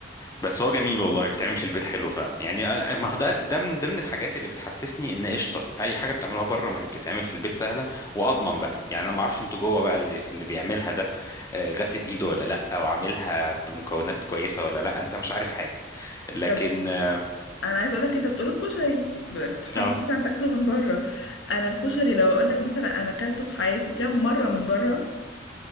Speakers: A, on the left; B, on the left.
A: بس هو جميل والله بيتعمل في البيت حلو فعلا يعني أنا- ما هو ده ده من ضمن الحاجات اللي بتحسسني ان قشطه اي حاجه بتعملوها بره ما هي بتتعمل في البيت سهله واضمن بقى يعني انا ما اعرفش انتوا جوه بقى اللي اللي بيعملها ده آه، غاسل ايده ولا لا او عاملها بمكونات كويسه ولا لا انت مش عارف حاجه لكن
B: طب
A: اه
B: انا عايز اقول لك انت بتقول الكشري بتحب
A: آه،
B: مثلا تاكله من بره انا الكشري لو اقول لك مثلا انا اكلته في حياتي كام مرة من بره